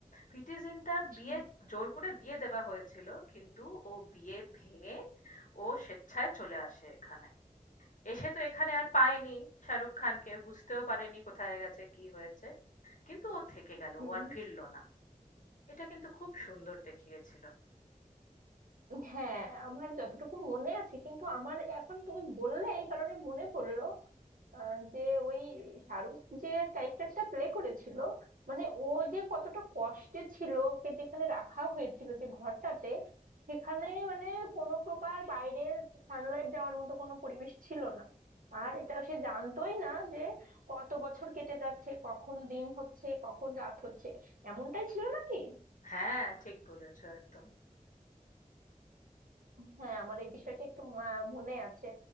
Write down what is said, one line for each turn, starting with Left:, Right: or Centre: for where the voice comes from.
Left: প্রীতি জিন্টার
Right: হুম,
Left: বিয়ে জোর করে দিয়ে দেওয়া হয়েছিল কিন্তু ও বিয়ে ভেঙে ও স্বেচ্ছায় চলে আসে এখানে। এসে তো এখানে আর পায়নি শাহরুখ খানকে, বুঝতেও পারেনি কোথায় গেছে কি হয়েছে। কিন্তু ও থেকে গেল
Right: হুম
Left: ও আর ফিরলো না এটা কিন্তু খুব সুন্দর দেখিয়েছিল
Right: হ্যাঁ আমার যতটুকু মনে আছে কিন্তু আমার এখন তুমি বললে এই কারণে মনে পড়লো আহ, যে ওই শাহরুখ যে ক্যারেক্টারটা প্লে করেছিল মানে ও যে কতটা কষ্টে ছিল ওকে যেখানে রাখা হয়েছিল যে ঘরটাতে সেখানে মানে কোনো প্রকার বাইরের সানলাইট যাওয়ার মতো কোনো পরিবেশ ছিল না আর এটা সে জানতোই না যে কত বছর কেটে যাচ্ছে কখন দিন হচ্ছে কখন রাত হচ্ছে এমনটাই ছিল নাকি
Left: হ্যাঁ ঠিক বলেছো একদম
Right: হ্যাঁ আমার এই বিষয়টা একটু মা- মনে আছে